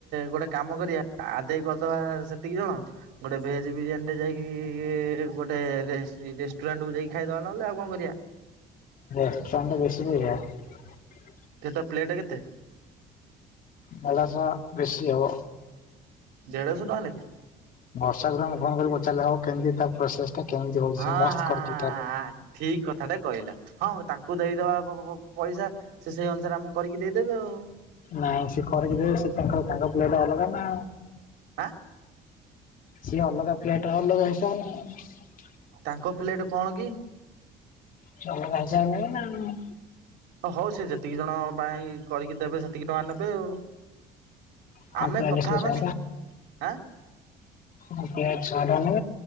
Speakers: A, on the right; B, on the left.
A: ଗୋଟେ କାମ କରିବା ଆଦାୟ କରିଦବା ସେତିକି ଜଣ ଗୋଟେ ଭେଜ ବିରିୟାନୀ। ଯାଇକି ଗୋଟେ ରେଷ୍ଟୁରାଣ୍ଟ କୁ ଯାଇକି ଖାଇଦବା ନହଲେ ଆଉ କଣ କରିବା?
B: ରେଷ୍ଟୁରାଣ୍ଟ ରେ ବେଶୀ ପଇସା।
A: କେତେ ପ୍ଲେଟ୍ କେତେ?
B: ପାଲାସା ବେଶୀ ହବ।
A: ଦେଢ଼ଶହ ଟଙ୍କା ଲେଖେ
B: ବର୍ଷା ଘରେ ଆମେ ଫନ କରିକି ପଚାରିଲେ ହବ କେମତି ତା ପ୍ରୋସେସ ଟା କେମିତି ହଉଛି
A: ହଁ
B: ସେ ମସ୍ତ
A: ହଁ
B: କରିଛି
A: ହଁ
B: ତାର।
A: ଠିକ କଥା। କଥାଟେ କହିଲା ହଁ ତାଙ୍କୁ ଦେଇଦବା, ପଇସା ସେ ସେଇ ଅନୁସାରେ ଆମକୁ କରିକି ଦେଇଦେବ ଆଉ।
B: ନାଇଁ ସେ କରିକି ଦେବେ ସେ ତାଙ୍କର ତାଙ୍କ ପ୍ଲେଟ ଅଲଗା ନା।
A: ଆଁ?
B: ସିଏ ଅଲଗା ପ୍ଲେଟ ଅଲଗା ହିସାବ ନା ଆଉ।
A: ତାଙ୍କ ପ୍ଲେଟ୍ କଣ କି?
B: ଚାଲ ଭାଇ ସାଙ୍ଗରେ ନ ଆଉ।
A: ହଁ ହଉ ସେ ଯେତିକି ଜଣ ପାଇଁ କରିକି ଦେବେ ସେ ସେତିକି ଟଙ୍କା ନେବେ ଆଉ।
B: କଣ
A: ଆମେ
B: ପ୍ଲେଟ
A: କଥା
B: ଶହେ
A: ହେବାନି
B: ଟଙ୍କା
A: ଆଁ।
B: ମୋତେ ଆଉ